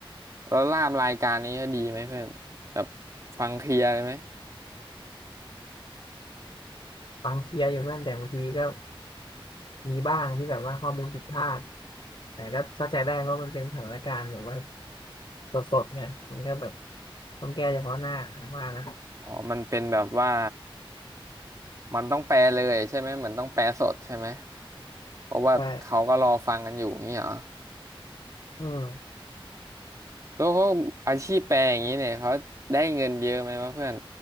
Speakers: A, on the right; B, on the left.
A: แล้วลาบรายการนี้ดีไหมเพื่อนแบบฟังเคลียร์เลยไหม
B: ฟังเคลียร์อยู่เพื่อนแต่บางทีก็มีบ้างที่แบบว่าข้อมูลผิดพลาดแต่ก็เข้าใจได้เพราะมันเป็นสถานการณ์แบบว่าสดๆเนี่ยมันก็แบบต้องแก้เฉพาะหน้าผมว่านะ
A: อ๋อมันเป็นแบบว่ามันต้องแปลเลยใช่ไหมเหมือนต้องแปลสดใช่ไหมเพราะว่าเขาก็รอฟังกันอยู่อย่างนี้เหรอ
B: ใช่ อืม
A: แล้วเขาอาชีพแปลอย่างนี้เนี่ยเขาได้เงินเยอะไหมวะเพื่อน